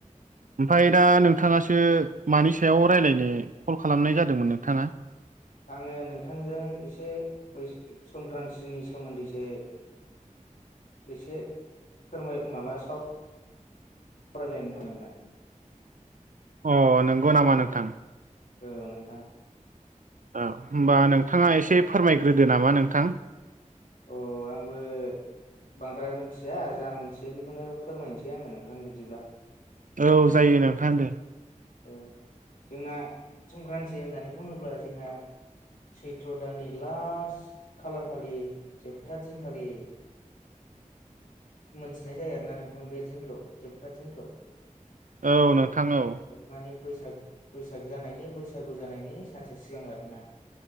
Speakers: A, on the right; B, on the left.
A: ओमफाय दा नोंथाङासो मानि सायाव रायलायनो कल खालामनाय जादोंमोन नोंथाङा।
B: आङो नोंथांजों एसे बै संक्रान्तिनि सोमोन्दैसो एसे फोरमाय माबा साव लायनो थां नोंनो।
A: अ नंगौ नामा नोंथां?
B: औ नोंथां।
A: औ होमबा नोंथाङा एसे फोरमायग्रोदो नामा नोंथां।
B: औ आंबो बांद्राय मिथिया जा मोनथियो बेखौनो फोरमायनिसै आङो नोंथां बिदिब्ला।
A: औ जायो नोंथां दे।
B: ओ जोंना संक्रान्ति होननानै बुङोब्ला जोंहा। सैथ्र' दाननि लास्ट खालार खालि जोबथा दिनखालि मोनथिनाय जायो आरोना नोंथां बे दिनखौ जोबथा दिनखौ
A: औ नोंथां औ।
B: माने बैसाग बैसाग जानायनि बैसागु जानायनि सानसे सिगां आरोना